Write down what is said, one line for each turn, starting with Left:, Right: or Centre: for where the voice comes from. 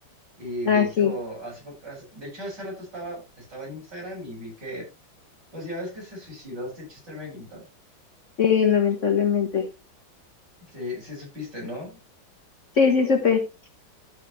Right: y
Left: Ah,
Right: de hecho
Left: sí.
Right: hace, po- hace- de hecho hace rato estaba, estaba en Instagram y vi que pues ya ves que se suicidó este Chester Bennington,
Left: Sí, lamentablemente.
Right: sí, sí supiste, ¿no?
Left: Sí, sí, supe.